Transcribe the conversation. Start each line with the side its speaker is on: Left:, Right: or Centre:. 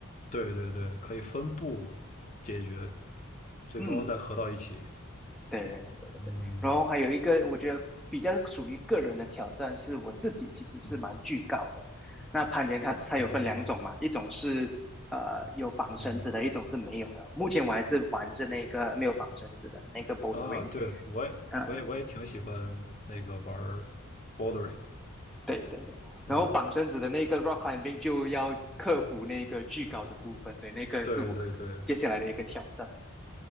Left: 对对对，可以分步解决，最终再合到一起。
Centre: 嗯，对对。
Left: 嗯
Centre: 然后还有一个，我觉得比较属于个人的挑战，是我自己其实是蛮惧高的。
Left: 嗯
Centre: 那攀岩它它有分两种嘛，
Left: 哦
Centre: 一种是呃有绑绳子的，
Left: 嗯
Centre: 一种是没有的。目前我还是玩着那个没有绑绳子的那个 bouldering，
Left: 啊，对我也我也我也挺喜欢那个玩
Centre: 呃，
Left: b o r d e r i n g
Centre: 对对对。然后绑绳子的那个
Left: 对
Centre: rock climbing 就要克服那个巨高的部分，所以那个是我可能接下来的一个挑战。
Left: 对对对，